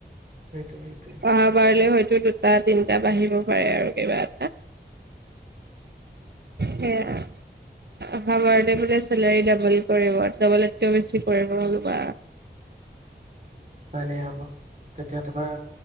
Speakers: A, on the right (about 45°); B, on the right (about 65°).
A: সেইটোৱেই সেইটোৱেই।
B: অহা বাৰলে হয়তো দুটা তিনিটা বাঢ়িব পাৰে আৰু কিবা। সেয়াই। অহা বাৰলে বোলে চেলাৰী ডাবল কৰিব, ডাবলতকেও বেছি কৰিব <unintelligible>
A: ভালেই হ'ব, তেতিয়া তোমাৰ